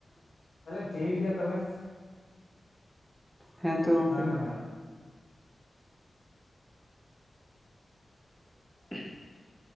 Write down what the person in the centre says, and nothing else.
ᱦᱮᱸ ᱛᱚ ᱜᱚᱢᱠᱮ
<inaudible>